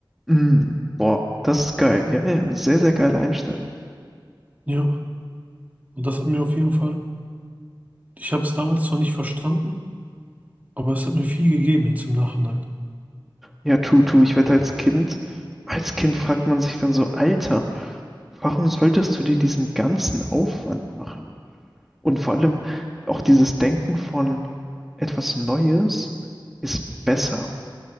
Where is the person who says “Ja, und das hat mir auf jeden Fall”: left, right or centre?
Right